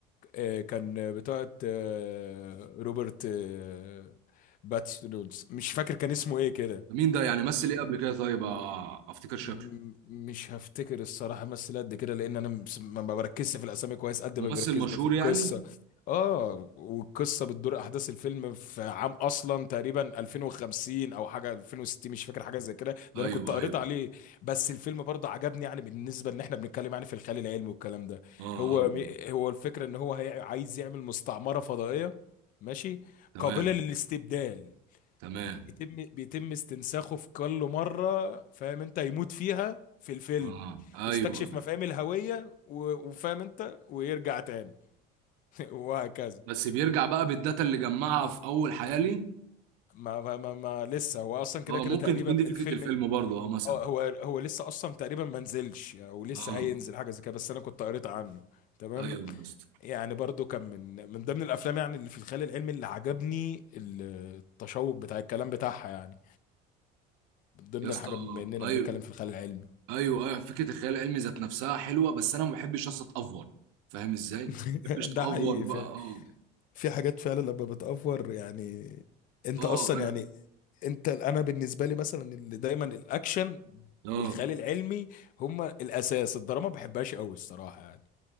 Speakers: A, on the left; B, on the right.
A: آه، كان بتاعت آه، روبرت آه، باتس رولز، مش فاكر كان اسمه ايه كده
B: مين ده يعني مثل ايه قبل كده طيب آه، افتكر شكله
A: م- مش هفتكر الصراحة مثل قد كده لأن أنا مس- ما ما بركزش في الأسامي كويس قد
B: ممثل
A: ما بيركزني
B: مشهور
A: في القصة
B: يعني
A: آه والقصة بتدور أحداث الفيلم في عام أصلا تقريبا 2050 أو حاجة 2060 مش فاكر حاجة زي كده ده
B: ايوه
A: أنا كنت قريت
B: ايوه
A: عليه بس الفيلم برضه عجبني يعني بالنسبة إن إحنا بنتكلم يعني في الخيال العلمي والكلام ده
B: اه اه
A: هو
B: آه.
A: مي- هو الفكرة إن هو هي- عايز يعمل مستعمرة فضائية ماشي
B: تمام
A: قابلة للاستبدال
B: تمام
A: بيتم بيتم استنساخه في كل مرة فاهم انت يموت فيها في الفيلم
B: اه
A: يستكشف
B: ايوه
A: مفاهيم الهوية و- وفاهم انت ويرجع تاني <laughs> وهكذا
B: بس بيرجع بقى بالداتا اللي جمعها في اول حياه ليه
A: ما ما ما, ما لسه هو اصلا كده
B: اه
A: كده
B: ممكن
A: تقريبا
B: تكون
A: الفيلم
B: دي فكره الفيلم
A: ال-
B: برضه اه مثلا
A: اه هو هو لسه اصلا تقريبا ما نزلش او لسه
B: اه
A: هينزل حاجة زي كده بس انا كنت قريت عنه تمام
B: ايوه يا اسطى
A: يعني برضو كان من من ضمن الافلام يعني اللي في الخيال العلمي اللي عجبني التشوق بتاع الكلام بتاعها يعني من ضمن
B: يا اسطى
A: الحاجة بما اننا
B: ايوه
A: بنتكلم في الخيال العلمي
B: ايوه ايوه فكره الخيال العلمي ذات نفسها حلوه بس انا ما بحبش يا اسطى اتافور فاهم ازاي؟
A: <laughs>
B: ما بحبش تافور
A: ده حقيقي
B: بقى
A: فعلا
B: اه
A: في حاجات فعلا لما بتأفور يعني انت
B: اه
A: اصلا
B: انا
A: يعني انت انا بالنسبه لي مثلا اللي دايما الاكشن
B: اه
A: والخيال العلمي هما الاساس الدراما ما بحبهاش قوي الصراحه يعني